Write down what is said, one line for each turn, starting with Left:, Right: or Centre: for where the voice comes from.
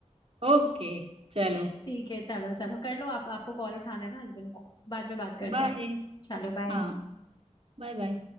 Right: ओके चलो
Left: <laughs> ठीक है चलो चलो कर लो आप आपको कॉल उठाना है ना हस्बैंड का बाद में बात करते
Right: बाय
Left: हैं चलो बाय
Right: हाँ बाय बाय